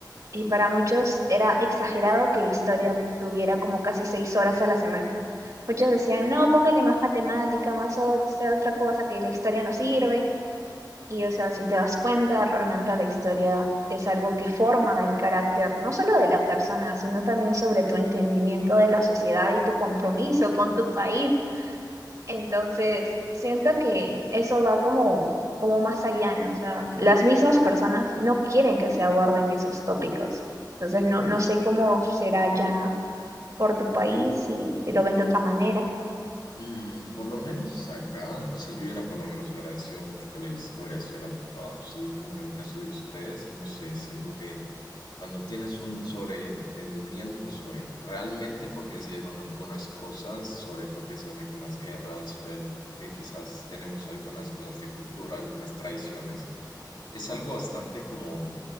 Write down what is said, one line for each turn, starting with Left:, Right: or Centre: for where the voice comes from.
Right: y para muchos era exagerado que historia tuviera como casi seis horas a la semana. Muchos decían, no, póngale más matemática, más otra, otra cosa, que la historia no sirve. Y, o sea, si te das cuenta, realmente la historia es algo que forma el carácter, no solo de la persona, sino también sobre tu entendimiento de la sociedad y tu compromiso con tu país. Entonces, siento que eso va como, como más allá, ¿no? O sea, las mismas personas no quieren que se aborden esos tópicos. Entonces, no, no sé cómo será ya por tu país, si, si lo ven de otra manera.
Left: Mm, por lo menos acá, o sea, yo era por lo menos agradecido mucho que la historia se hubiera tocado, así como en el caso de ustedes, no sé, siento que cuando tienes un sobreentendimiento sobre realmente por qué se dieron algunas cosas, sobre por qué se van algunas guerras, sobre el por qué quizás tenemos algunas cosas de cultura, algunas tradiciones, es algo bastante como